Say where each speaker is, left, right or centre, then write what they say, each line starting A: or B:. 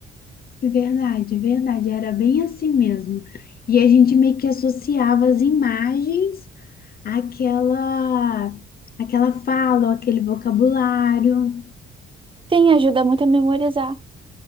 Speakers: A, on the left; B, on the right.
A: verdade, verdade, era bem assim mesmo. E a gente meio que associava as imagens àquela, àquela fala, ou aquele vocabulário.
B: Sim, ajuda muito a memorizar,